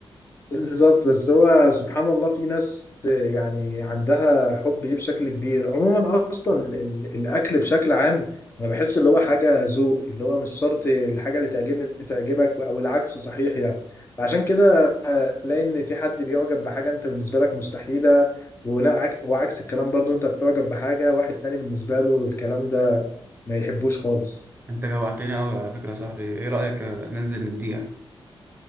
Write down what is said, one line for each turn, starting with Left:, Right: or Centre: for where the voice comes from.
Left: بالظبط بس هو سبحان الله في ناس يعني عندها حب ليه بشكل كبير عموما اصلا ال- الاكل بشكل عام انا بحس اللي هو حاجة ذوق اللي هو مش شرط الحاجة اللي تعجبني تعجبك او العكس صحيح يعني فعشان كده آه، تلاقي ان في حد بيعجب بحاجة انت بالنسبة لك مستحيلة ولا عك- وعكس الكلام برضو انت بتعجب بحاجة واحد تاني بالنسبة له الكلام ده ما يحبوش خالص
Right: انت جوعتني قوي على فكره يا صاحبي ايه رايك آه، ننزل نديها